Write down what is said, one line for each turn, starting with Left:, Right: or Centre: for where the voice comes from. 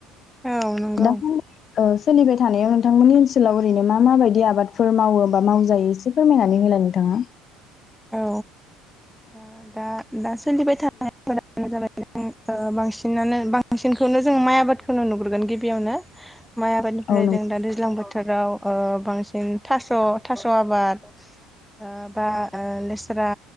Centre: औ नंगौ।
Left: दासान्दि सोलिबाय थानायाव नोंथांमोननि ओनसोलाव ओरैनो मा मााबायदि आबादफोर मावोबा मावजायो एसे फोरमायनानै होलाय नोंथाङा?
Centre: औ दा दा दा सोलिबाय थानायफोरानो जाबाय ओ बांसिनानो बांसिनखौनो जों माइ आबादखौनो नुग्रोगोन गिबियावनो माइ आबादनिफ्राय
Left: औ नंगौ
Centre: जों दा दैज्लां बोथोराव ओ बांसिन थास थास आबाद ओ बा ओ लेस्रा